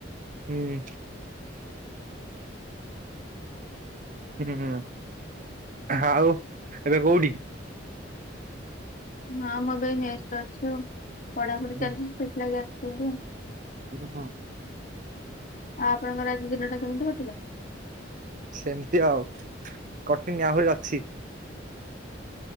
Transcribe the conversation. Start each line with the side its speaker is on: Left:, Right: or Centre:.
Right: ହୁଁ। ହୁଁ ଆଉ ଏବେ କୋଉଠି?
Left: ହଁ ମୁଁ ଏବେ ଏ ମେସ୍ ରେ ଅଛି ଆଉ ପଢାପଢି
Right: ହୁଁ
Left: ଚାଲିଛି ସେଥିଲାଗି ଆସିଥିଲି ଆଉ।
Right: <inaudible>
Left: ଆଉ ଆପଣଙ୍କର ଆଜି ଦିନ ଟା କେମିତି କଟିଲା?
Right: ସେମିତି ଆଉ କଟିନି ଆହୁରି ଅଛି।